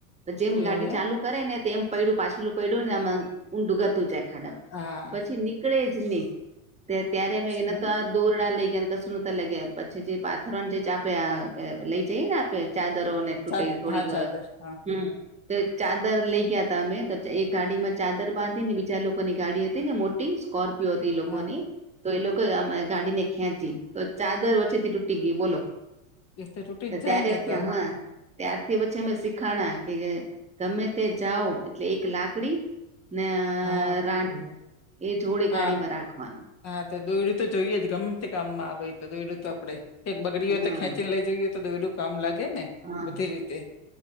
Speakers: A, on the right; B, on the left.
A: જેમ
B: એવું
A: ગાડી ચાલુ
B: એમ
A: કરે ને તેમ પડ્યું પાછલું પડ્યું ને આમાં ઊંડું ગતું જાય ખાડમ
B: હા
A: પછી નીકળે જ નહી ત્યારે અમે
B: હમ.
A: એ તો દોરડા લઈ ગયાં ને કસુ નતા લઈ ગયા પછી જે પાથર જે આપે લઈ જઈએ ને આપે ચાદરોને તૂટેલી
B: ચાદર
A: થોડીક
B: હા ચાદર હા
A: હમ તો ચાદર લઇ ગયા હતા અમે તો એક ગાડીમાં ચાદર બાંધી ને બીજા લોકોની ગાડી હતી ને મોટી સ્કોર્પ પીયો હતી એ લોકોની
B: હા
A: તો એ લોકો આમ ગાડીને ખેંચી તો ચાદર વ થી તૂટી ગઈ બોલો
B: એ તો તૂટી જ જાય
A: ત્યારે
B: ને એ તો
A: ત્યા હા ત્યારથી પછી અમે શીખાણા કે ગમે તે જાઓ એટલે એક લાકડી ને આ
B: હા
A: રાઢવું એ જોડે
B: હા
A: ગાડીમાં રાખવાનું.
B: હા તો દોયડું તો જોઈએ જ ગમે તે કામમાં આવે તો દોયડું તો આપડે ક્યાંક બગડી
A: હા
B: હોય તો ખેંચીને લઈ જવી હોય તો દોયડું કામ લાગે ને.
A: હા
B: બધી રીતે